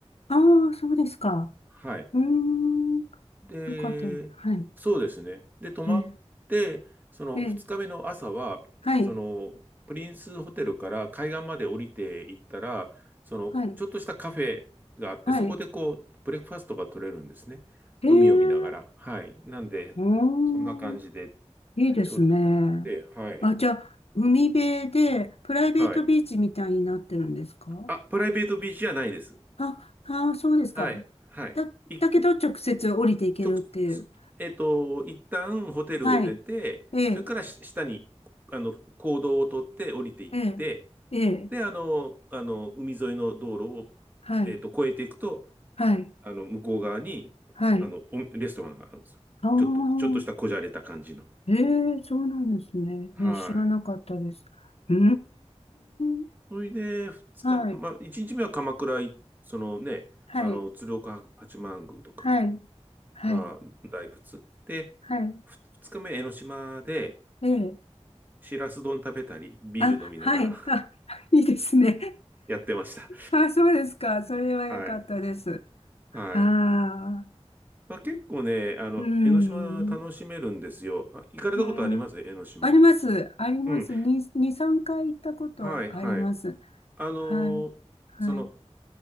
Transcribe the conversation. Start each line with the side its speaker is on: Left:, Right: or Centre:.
Left: ああ、そうですか。
Right: はい。
Left: うーん。
Right: で、
Left: よかった。はい。
Right: そうですね。で、泊まって、
Left: ええ。
Right: その2日目の朝は、
Left: ええ。はい。
Right: そのプリンスホテルから海岸まで降りていったら、そのちょっとしたカフェがあって、
Left: はい。はい。
Right: そこでこう、ブレックファストが取れるんですね。
Left: ええ。
Right: 海を見ながら。はい。なんで、
Left: お
Right: そんな感じで、
Left: ー。いいですね。
Right: ちょ、で、はい。
Left: あ、じゃあ、海辺で、プライベートビーチみたいになってるんですか
Right: はい。あ、プライベートビーチじゃないです。
Left: あ、あー、そうですか。
Right: はい。はい。
Left: だ、
Right: 一
Left: だけど直接降りていけるっていう。
Right: 直、そえっと、一旦ホテルを出て、
Left: はい。ええ、
Right: それからし下に、あの、公道を取って降りていって、
Left: ええ、ええ、
Right: で、あの、あの、海沿いの道路を、
Left: はい、
Right: えっと、越えていくと、
Left: はい、
Right: あの、向こう側に、
Left: はい。
Right: あの、おレストランがあるんですよ。
Left: ああ、
Right: ちょっと、ちょっとしたこじゃれた感じの。
Left: ええ、そうなんですね。
Right: はい。
Left: ええ、知らなかったです。うーん。
Right: それで、二日、
Left: はい、
Right: まあ、一日目は鎌倉い、そのね、
Left: はい、
Right: あの、鶴岡八幡宮とか
Left: はい、はい、
Right: が大仏。で、
Left: はい。
Right: ふ二日目、江ノ島で、
Left: ええ、
Right: しらす丼食べたり、ビール飲みながら
Left: あ、はい、あ、
Right: <laughs>
Left: いいですね。
Right: やってました。
Left: あ、あ、そうですか。それは良かったです。
Right: はい。はい。
Left: ああ、
Right: まあ、結構ね、あの、
Left: うん、
Right: 江ノ島楽しめるんですよ。あ行かれたことあります江ノ島。
Left: うん。あります。あります。
Right: うん。
Left: 2、2、3回行ったことはあります。
Right: はい、はい。あの
Left: はい。
Right: ーその、
Left: はい。